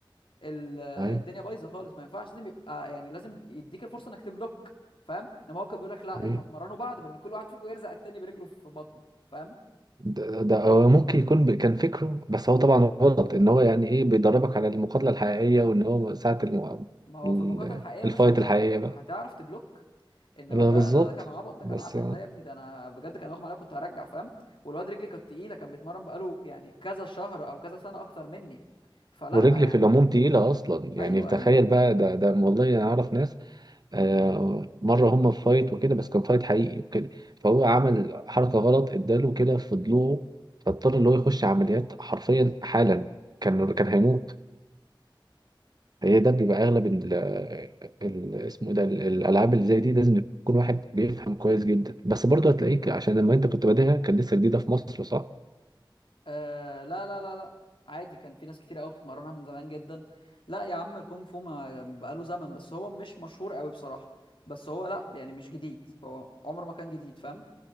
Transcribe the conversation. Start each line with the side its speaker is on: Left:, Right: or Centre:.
Left: ال-
Right: ايوه
Left: الدنيا بايظه خالص ما ينفعش لازم يبقى يعني لازم يديك الفرصه انك تبلوك فاهم انما هو كان بيقول لك لا
Right: أيوه.
Left: انتوا هتمرنوا بعض بان كل واحد فيكم يرزق التاني برجله في بطنه فاهم
Right: ده, ده هو ممكن يكون ب- كان فكره بس هو طبعا غلط ان هو يعني ايه بيدربك على المقاتله الحقيقيه وان هو ساعه الم...
Left: ما هو
Right: ال-
Left: في المقاطعه الحقيقيه يا
Right: الفايت
Left: باشا انت
Right: الحقيقيه
Left: هت...
Right: بقى
Left: هتعرف تبلوك انما
Right: يبقى
Left: ده
Right: بالظبط
Left: ده ده كان عبط ده
Right: بس
Left: كان عته ده يا ابني ده انا بجد كان اغمى عليا كنت هرجع فاهم والواد رجلي كانت تقيله كان بيتمرن بقاله يعني كذا شهر او كذا سنه اكتر مني فلا
Right: ورجل
Left: يعني
Right: في العموم تقيله اصلا
Left: ايوه
Right: يعني تخيل
Left: ايوه
Right: بقى ده ده والله انا اعرف ناس آه، مره هم في فايت وكده بس كان فايت حقيقي وكده فهو عمل حركه غلط اداله كده في ضلوعه فاضطر ان هو يخش عمليات حرفيا حالا كان كان هيموت هي ده بيبقى اغلب ال ال- اسمه إيه ده ال- الالعاب اللي زي دي لازم يكون واحد بيفهم كويس جدا بس برضه هتلاقيك عشان لما انت كنت بادئها كان لسه جديده في مصر صح؟
Left: آه لا لا لا لا عادي كان في ناس كتير قوي بتتمرنها من زمان جدا لا يا عم الكونغ فو ما بقاله زمن بس هو مش مشهور قوي بصراحة بس هو لا يعني مش جديد هو عمره ما كان جديد فاهم